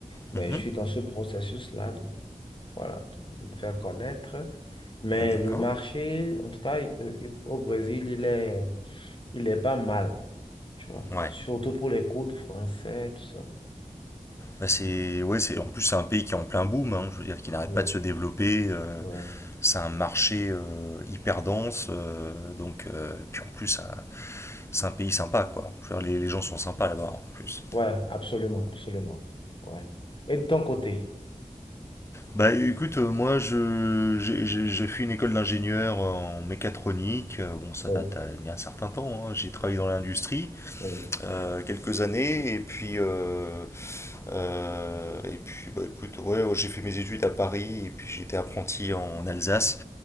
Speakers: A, on the left; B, on the left.
A: mais
B: Mhm.
A: je suis dans ce processus-là voilà, de me faire connaître. Mais
B: D'accord.
A: le marché, en tout cas, il- euh, il- au Brésil, il est, il est pas mal, tu vois.
B: Ouais.
A: Surtout pour les cours de français, tout ça.
B: Bah, c'est, ouais, c'est, en plus, c'est un pays qui est en plein boom, hein, je veux dire, qui n'arrête
A: Ouais,
B: pas de se développer. euh,
A: ouais.
B: c'est un marché euh, hyper dense. euh, donc, euh, puis en plus, ça- c'est un pays sympa, quoi. Je veux dire, les, les gens sont sympas là-bas, en plus.
A: Ouais, absolument, absolument. Ouais. Et de ton côté?
B: Bah écoute, euh, moi, je, j'ai, j'ai- j'ai fait une école d'ingénieur en mécatronique. Euh, Bon, ça
A: Oui,
B: date à- il y a un certain temps. hein. J'ai travaillé dans l'industrie
A: oui.
B: euh, quelques années. Et puis, euh, euh, et puis bah, écoute, ouais, ouais, j'ai fait mes études à Paris. Et puis, j'étais apprenti en Alsace.